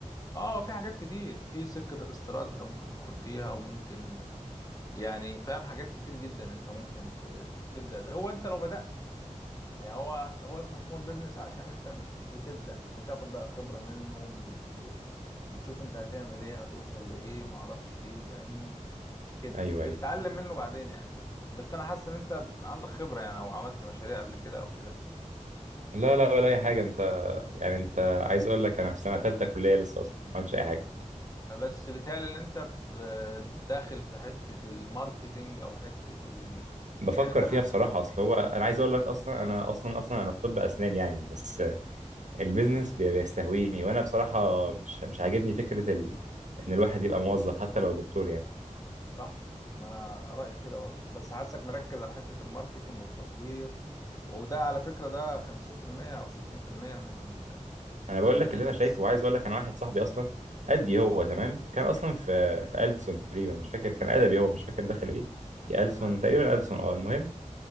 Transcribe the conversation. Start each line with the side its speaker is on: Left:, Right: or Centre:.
Left: اه في حاجات كتير في سكة الاستيراد انت ممكن تدخل فيها وممكن يعني فاهم حاجات كتير جدا انت ممكن ت- ت- تبدا بيها هو انت لو بدات يعني هو هو اسمه سمول بيزنس عشان انت بتبدا بتاخد بقى خبره منه بت بتشوف انت هتعمل ايه هتوصل لايه معرفش ايه فاهمني كده
Right: أيوه
Left: بتتعلم
Right: أيوه
Left: منه بعدين يعني بس انا حاسس ان انت عندك خبره يعني او عملت مشاريع قبل كده او كده
Right: لا لا ولا أي حاجة أنت يعني أنت عايز أقول لك أنا في سنة تالتة كلية لسه أصلا ما عملتش أي حاجة
Left: بس بيتهيألي ان انت في داخل في حته الماركتينج او حته ال...
Right: بفكر
Left: يعني فاهم
Right: فيها بصراحة أصل هو أنا عايز أقول لك أصلا أنا أصلا أصلا أنا في طب أسنان يعني بس البيزنس بي- بيستهويني وأنا بصراحة مش مش عاجبني فكرة ال... إن الواحد يبقى موظف حتى لو دكتور يعني
Left: صح ما انا رايي كده برضه بس حاسك مركز على حته الماركتينج والتصوير وده على فكره ده 50% او 60% من ال...
Right: انا بقول
Left: من البيزنس
Right: لك اللي انا شايفه وعايز اقول لك انا واحد صاحبي اصلا قدي هو تمام كان اصلا في في ألسن تقريبا مش فاكر كان ادبي هو مش فاكر دخل ايه يا ألسن
Left: تمام
Right: تقريبا ألسن اه المهم